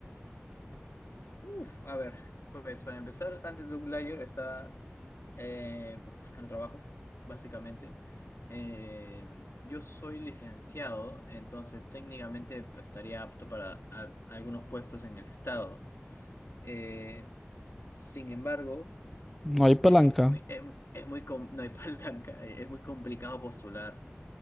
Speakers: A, on the left; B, in the centre.
A: Uf, a ver, pues para empezar, antes de un layer está eh, buscando trabajo, básicamente. Eh, yo soy licenciado, entonces técnicamente pues, estaría apto para a- algunos puestos en el estado. Eh, sin embargo,
B: No hay palanca.
A: eh, es muy, es, es muy, com- no hay <laughs> palanca, eh, es muy complicado postular.